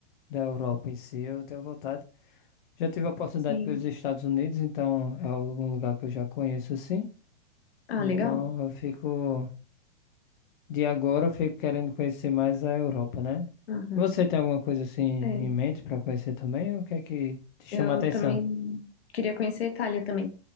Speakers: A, on the left; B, on the left.
A: Da Europa em si, eu tenho vontade. Já tive a oportunidade
B: Sim.
A: pelos Estados Unidos, então é algum lugar que eu já conheço assim.
B: Ah,
A: Então
B: legal.
A: eu fico, de agora eu fico querendo conhecer mais a Europa, né?
B: Uhum.
A: Você tem alguma coisa assim em
B: É,
A: mente para conhecer também? O que é que te chama
B: eu
A: a atenção,
B: também queria conhecer a Itália também.